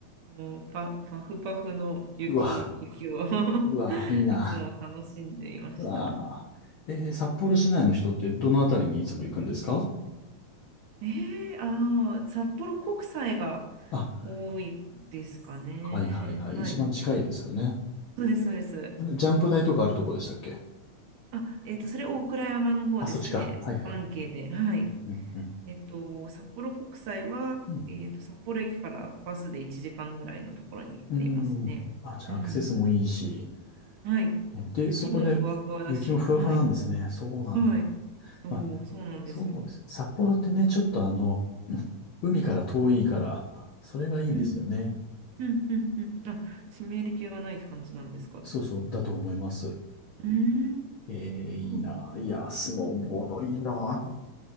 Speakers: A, on the right (about 65°); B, on the left (about 70°).
A: もうパ、パフパフの雪、
B: うわ、
A: 雪を <laughs>
B: うわ、いいな。
A: いつも楽しんでいました。
B: うわ。えー札幌市内の人ってどのあたりにいつも行くんですか
A: えー、ああ、札幌国際が
B: あ
A: 多いですかね。
B: はいはいはい。
A: はい。
B: 一番近いですよね。
A: そうです、そうです。
B: あれ、ジャンプ台とかあるとこでしたっけ
A: あ、えっと、それ大倉山の方ですね。
B: あ、そっちか。はいはいはい。
A: 関係で。はい。
B: うんうん。
A: えっと、札幌国際は、
B: うん。
A: えっと、札幌駅からバスで1時間ぐらいのところにありますね。
B: うんあ、じゃあアクセスもいいし。
A: うん。はい。
B: ねで、
A: 雪もふわふわだし、
B: そこで雪もふわふわなんですね。
A: はい。
B: そうなんだ。
A: はい。そう、
B: まあ、
A: そうなんですよ。
B: そうです。札幌ってね、ちょっとあの、うん海から遠いから、それがいいんですよね。
A: うん。うん。うん。うん。あ、湿り気がないって感じなんですか。う
B: そうそう、だと思います。
A: ーん。
B: えー、いいな。
A: そうん
B: いや、スノーボードいいな。